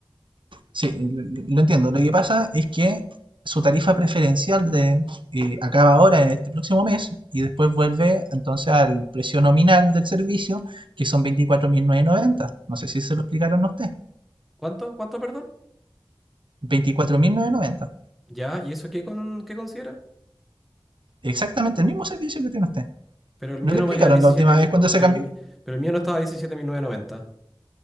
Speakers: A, on the right; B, in the centre.
A: sí, lo entiendo. Lo que pasa es que su tarifa preferencial de, eh, acaba ahora este próximo mes y después vuelve entonces al precio nominal del servicio, que son 24.990. No sé si se lo explicaron a usted.
B: ¿Cuánto? ¿Cuánto, perdón?
A: 24.990.
B: Ya, ¿y eso qué, con, qué considera?
A: Exactamente el mismo servicio que tiene usted.
B: Pero el
A: No
B: mío
A: le
B: no
A: explicaron
B: valía 17
A: la última
B: mil,
A: vez cuando se
B: pero
A: cambió.
B: el, mi- pero el mío no estaba 17.990.